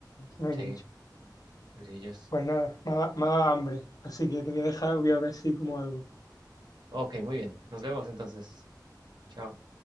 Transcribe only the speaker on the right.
Sí,
grillos.
Ok, muy bien. Nos vemos entonces. Chao.